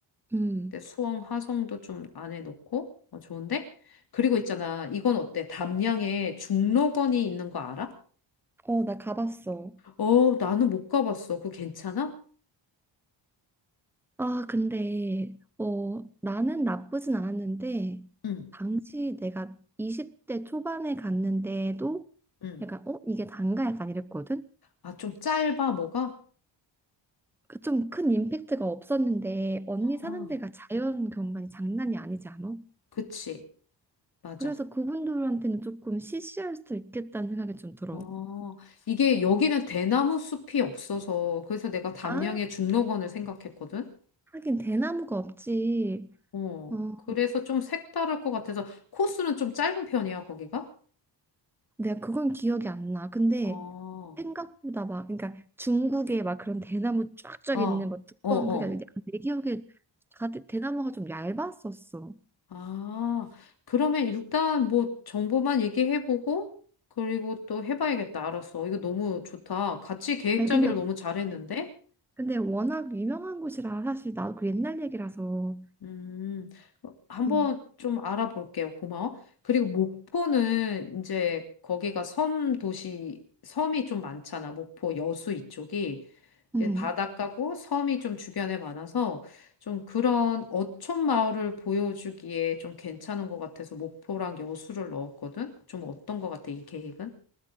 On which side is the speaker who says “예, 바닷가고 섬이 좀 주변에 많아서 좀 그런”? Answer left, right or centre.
Left